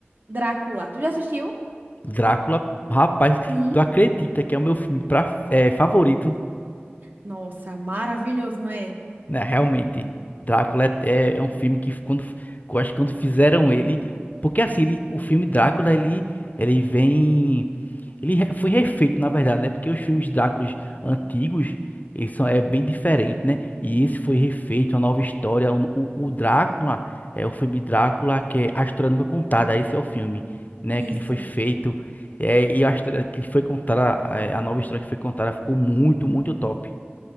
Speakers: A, on the right (about 50°); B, on the left (about 40°).
A: Drácula. Tu já assistiu?
B: Drácula, rapaz,
A: Sim.
B: tu acredita que é o meu filme pra, é, favorito?
A: Nossa, maravilhoso, não é?
B: Né, realmente, Drácula é, é- é um filme que quando, eu acho que quando fizeram ele, porque assim, ele- o filme Drácula, ele, ele vem, ele re- foi refeito, na verdade, né? Porque os filmes Dráculas antigos, eles são é bem diferente, né? E esse foi refeito, uma nova história. O, o- o Drácula é o filme Drácula que é a história nunca contada. Esse é o filme, né?
A: Isso.
B: Que ele foi feito é, e a história que foi contada, é, a nova história que foi contada ficou muito, muito top.